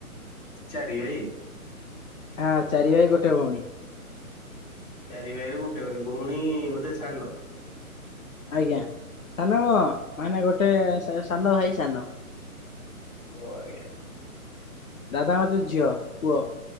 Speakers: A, on the left; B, on the left.
A: ଚାରି ଭାଇ?
B: ହାଁ ଚାରି ଭାଇ ଗୋଟେ ଭଉଣୀ।
A: ଚାରି ଭାଇରେ ଗୋଟେ ମାନେ ଭଉଣୀ ବୋଧେ ସାନ?
B: ଆଜ୍ଞା ସାନ କଣ, ମାନେ ଗୋଟେ ସା ସାନ ଭାଇ ସାନ।
A: ଓ ଆଜ୍ଞା।
B: ଦାଦାଙ୍କର ଦିଇ ଯୋଉ ଝିଅ, ପୁଅ